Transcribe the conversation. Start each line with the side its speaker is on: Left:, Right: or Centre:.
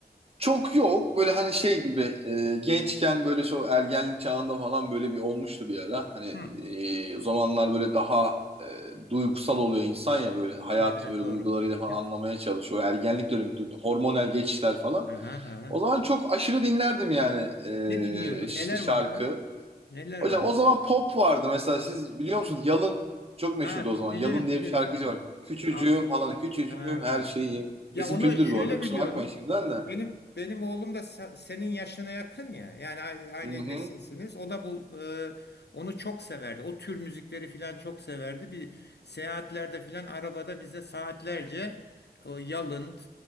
Right: çok yok. Böyle hani şey gibi e, gençken böyle şu ergenlik çağında falan böyle bir olmuştu bir ara. Hani
Left: Hı.
Right: e, o zamanlar böyle daha e, duygusal oluyor insan ya böyle hayatı
Left: Ha, Evet
Right: böyle
Left: doğru.
Right: duygularıyla falan
Left: Ya,
Right: anlamaya çalışıyor. O ergenlik dönemi du- hormonal geçişler falan.
Left: aha, aha.
Right: O zaman çok aşırı dinlerdim yani e,
Left: Ne dinliyordun?
Right: işte
Left: Neler
Right: şarkı.
Left: vardı? Neler vardı?
Right: Hocam o zaman pop vardı mesela siz biliyor musunuz? Yalın çok meşhurdu
Left: Ha
Right: o zaman.
Left: bilirim
Right: Yalın diye
Left: bilirim.
Right: bir şarkıcı
Left: Ha.
Right: var. Küçücüğüm
Left: Ya,
Right: falan küçücüğüm
Left: ha,
Right: her
Left: evet.
Right: şeyim.
Left: Ya
Right: Esim
Left: onu
Right: kötüdür
Left: şöyle
Right: bu arada kusura
Left: biliyorum.
Right: bakmayın şimdiden de.
Left: Benim benim oğlum da sa- senin yaşına yakın ya. Yani a- aynı
Right: Hı hı.
Left: nesilsiniz. O da bu e, onu çok severdi. O tür müzikleri filan çok severdi. Bir seyahatlerde filan arabada bize saatlerce o Yalın